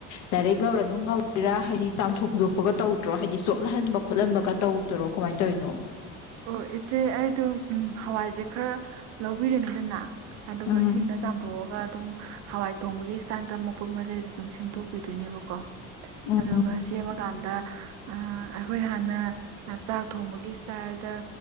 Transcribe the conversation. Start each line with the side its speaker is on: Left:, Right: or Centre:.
Left: ꯗꯥꯏꯔꯦꯛ ꯂꯧꯔ ꯗꯨꯝ ꯉꯧꯔꯤꯔꯥ ꯍꯥꯏꯗꯤ ꯆꯥꯝꯊꯣꯛ ꯈꯣꯇꯣꯛꯄꯒ ꯇꯧ ꯗ꯭ꯔꯣ ꯍꯥꯏꯗꯤ ꯆꯣꯠꯂꯍꯟꯕ ꯈꯣꯠꯍꯟꯕꯒ ꯇꯧꯗ꯭ꯔꯣ ꯀꯃꯥꯏ ꯇꯧꯔꯤꯅꯣ
Right: ꯑꯣ ꯏꯆꯦ ꯑꯩꯗꯣ ꯎꯝ ꯍꯋꯥꯏꯖꯦ ꯈꯔ ꯂꯧꯕꯤꯔꯅꯤꯗꯅ ꯑꯗꯨꯒ
Left: ꯎꯝ
Right: ꯏꯁꯤꯡꯗ ꯆꯥꯝꯊꯣꯛꯑꯒ ꯑꯗꯨꯝ ꯍꯋꯥꯏ ꯊꯣꯡꯕꯒꯤ ꯏ꯭ꯀꯥꯟꯇ ꯃꯄꯣꯠ ꯃꯆꯩꯗꯨꯖꯨ ꯑꯗꯨꯝ ꯁꯦꯝꯇꯣꯛꯄꯤꯗꯨꯏꯅꯦꯕꯀꯣ
Left: ꯎꯝ
Right: ꯑꯗꯨꯒ ꯁꯦꯝꯃꯀꯥꯟꯗ ꯑ ꯑꯩꯈꯣꯏ ꯍꯥꯟꯅ ꯆꯥꯛ ꯊꯣꯡꯕꯒꯤ ꯏꯁꯇꯥꯏꯜ ꯇ